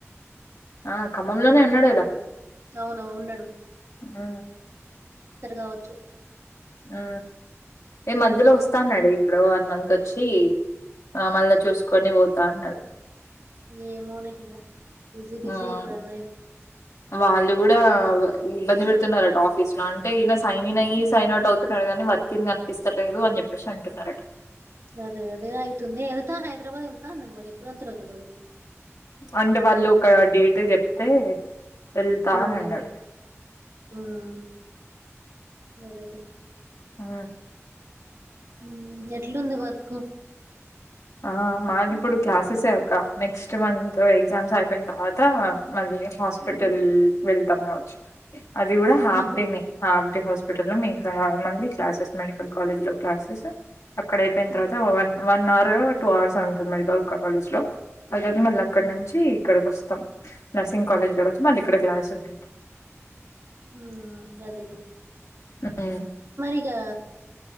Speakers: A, on the left; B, on the right.
A: ఆ ఖమ్మంలోనే ఉన్నాడు గదా
B: అవునవు ఉన్నడు
A: ఆ
B: కావచ్చు
A: ఆ ఎ మధ్యలో వస్తా అన్నాడే ఇక్కడో వన్ మంత్ ఒచ్చీ ఆ మళ్ళ చూసుకొని వోతా అన్నడు
B: ఏమోనే ఇగ బిజీ బిజీ
A: ఆ
B: ఇప్పుడు అన్నయ్య
A: వాళ్ళు గూడా ఇబ్బంది వెడుతున్నారట ఆఫీస్ ల, అంటే ఈయన సైన్ ఇన్ అయ్యి సైన్ అవుట్ అవుతున్నా. దేగాని వర్కిన్ అనిపిస్తలేదు అని చెప్పేసి అంటున్నారట
B: గదే అదే అయితుంది ఎళ్తా హైదరాబాద్ ఎళ్తా అన్నడు మరి ఎప్పుడు ఎళ్తరో దెల్వదు
A: అంటే వాళ్ళు ఒక డేట్ జెప్తే ఎళ్తా
B: ఉమ్
A: అని అన్నడు
B: ఉమ్ అదేలే
A: ఆ
B: ఊ ఎట్లుంది వర్క్
A: ఆ మాది ఇప్పుడు క్లాసెసే అక్క, నెక్స్ట్ మంత్ ఎగ్జామ్స్ అయిపోయిన తర్వాతా మళ్ళీ. హాస్పిటల్
B: ఉమ్
A: వెళ్తాం ఆవచ్చు అది గూడా హాఫ్
B: ఉహు
A: డేనే హాఫ్ హాస్పిటల్ లో మీతా మళ్ళీ క్లాసెస్ మెడికల్ కాలేజ్ లో క్లాసెస్ అక్కడ అయిపోయిన
B: ఉమ్
A: తర్వాత వన్ వన్ అవర్ టూ అవర్సో ఉంటది మెడికల్ క కాలేజ్ లో అ తవత మళ్ళ
B: ఓకే
A: అక్కడ నుంచి ఇక్కడికి వస్తాం నర్సింగ్ కాలేజ్ లోకొచ్చి మళ్ళీ ఇక్కడ క్లాసెస్ వి
B: హూమ్ గదేలే
A: <unintelligible>
B: ఇగా